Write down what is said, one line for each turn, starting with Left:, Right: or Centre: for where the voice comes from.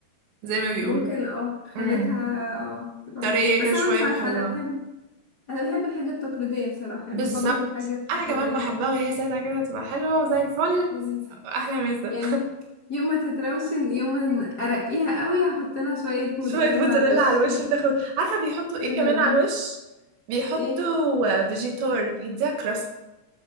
Right: زي ما بيقولوا
Left: ممكن اه خليتها
Right: امم
Left: اه تبقى
Right: طريه
Left: بس
Right: كده شويه
Left: انا مش عارفة
Right: حلوه
Left: انا بحب انا بحب الحاجه التقليديه بصراحه يعني
Right: بالظبط
Left: بفضل الحاجه التقليديه
Right: انا كمان بحبها وهي ساده كده تبقى حلوه زي الفل
Left: لذيذه
Right: احلى مسا
Left: يعني يوم ما تتروشن يوم ما ارقيها قوي هحط لها شويه موتزاريلا
Right: شوية موتزاريلا
Left: على الوش
Right: على الوش تاخد عارفة بيحطوا ايه
Left: <laughs> جبنه
Right: كمان
Left: رومي
Right: على الوش بيحطوا
Left: ايه
Right: فيجيتار يديها كراست